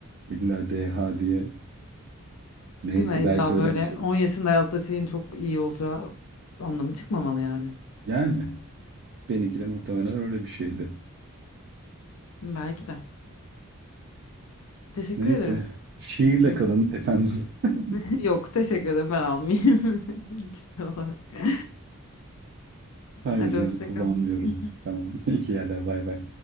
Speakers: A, on the right; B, on the left.
A: İlla DH diye. Neyse
B: Değil mi? İlla
A: belki öyle
B: böyle
A: bir şey.
B: 10 yaşında yazdığı şeyin çok iyi olacağı anlamı çıkmamalı yani.
A: Yani benimki de muhtemelen öyle bir şeydi.
B: Belki de. Teşekkür
A: Neyse.
B: ederim.
A: Şiirle
B: Keyifli.
A: kalın efendim.
B: mi?
A: <laughs>
B: <laughs> Yok teşekkür ederim ben almayayım <laughs> kişisel olarak. <laughs>
A: Hayır
B: Hadi
A: canım
B: hoşça
A: kullanmıyorum.
B: kal. <laughs>
A: Tamam. <laughs> İyi ki yerler. Bay bay.